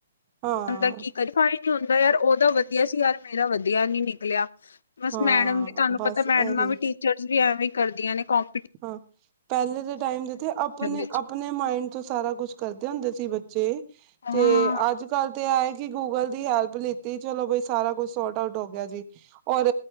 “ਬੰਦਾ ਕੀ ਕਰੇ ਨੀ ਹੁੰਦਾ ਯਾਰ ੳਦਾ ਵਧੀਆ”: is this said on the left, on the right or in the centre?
Left